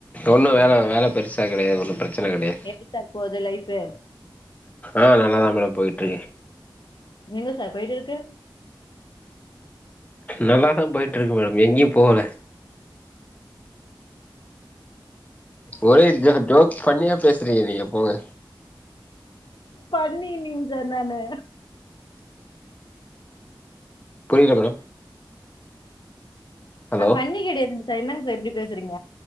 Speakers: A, on the left (about 20°); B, on the left (about 65°).
A: ஒன்னு வேல
B: ம்
A: வேல பெருசா கெடையாது ஒன்னு பிரச்சன கெடையா
B: எப்டி சார் போது லைஃபு
A: ஆ நல்லாதா மேடம் போயிட்டு இருக்கு
B: எங்க சார் போயிட்டு இருக்கு
A: நல்லா தா போய்ட்ருக்கு மேட எங்கேயு போகல ஒரே ஜோக் ஃபன்னியா பேசுறீங்க நீங்க போங்க
B: பன்னி நீங் சார் நானு
A: புரியல மேடம் ஹலோ
B: நா பன்னி கெடையாதுங் சார் என்னங்க சார் இப்டி பேசுறீங்க